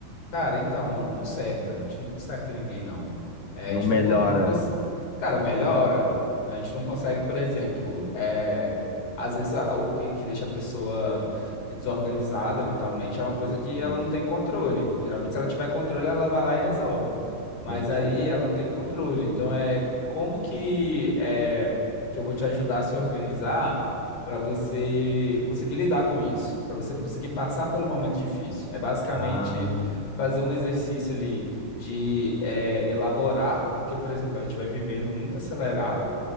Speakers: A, on the left (about 85°); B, on the left (about 45°).
A: Cara, então, não conserta. A gente não conserta ninguém, não. É,
B: Não
A: a gente
B: melhora.
A: não, con- não cons... Cara, melhora. né? A gente não consegue, por exemplo, é, às vezes a- o que, que deixa a pessoa desorganizada mentalmente é uma coisa que ela
B: Isso.
A: não tem controle. Geralmente, se ela tiver controle, ela vai lá e resolve. Mas
B: Entendi.
A: aí ela não tem controle. Então, é como que, é, que eu vou te ajudar a se organizar para você conseguir lidar com isso, para você conseguir passar pelo momento difícil. É basicamente
B: Ah,
A: fazer um exercício ali de eh, elaborar, porque, por exemplo, a gente vai vivendo muito acelerado